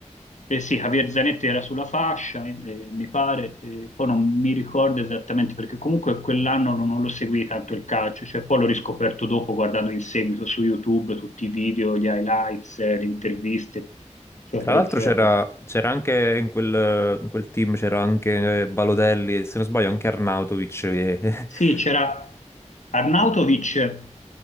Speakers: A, on the left; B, on the left.
A: Eh sì, Javier Zanetti era sulla fascia, eh, eh, mi pare, eh, poi non mi ricordo esattamente perché comunque quell'anno non, non lo seguì tanto il calcio, cioè poi l'ho riscoperto dopo guardando in seguito su YouTube tutti i video, gli highlights, eh, le interviste, eccetera,
B: Tra l'altro
A: eccetera.
B: c'era c'era anche in quel, in quel team, c'era anche eh, Balotelli e se non sbaglio anche Arnautovic che...
A: Sì, c'era
B: <laughs>
A: Arnautovic,